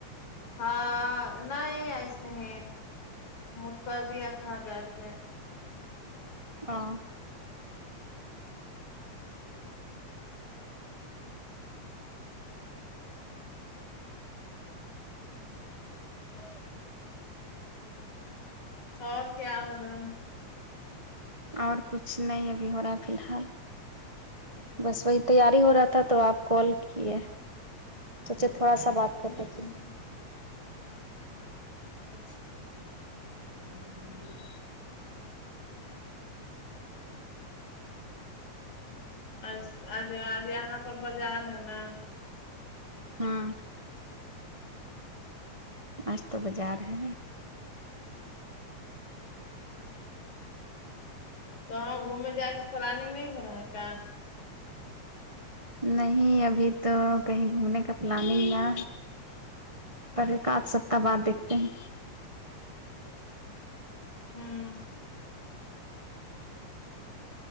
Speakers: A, on the left; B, on the right.
A: ہاں نہیں ایسے ہی موڈ کر دیا تھا گئے تھے
B: ہاں وہ
A: اور کیا ہو رہا
B: اور کچھ نہیں ابھی ہو رہا ہے فی الحال بس وہی تیاری ہو رہا تھا تو آپ کال کیے سوچے تھوڑا سا بات کر
A: ہوں ہوں
B: لیتی
A: ہوں اچھا
B: <inaudible>
A: آج آج آج یہاں پر بازار ہے نا
B: ہاں آج تو بازار ہے
A: تو اب گھومے جانے پلاننگ نہیں ہو رہا ہے کیا
B: نہیں ابھی تو کہیں گھومنے کا پلاننگ نہ پر ایک آدھ سپتاح بعد دیکھتے ہیں
A: ہوں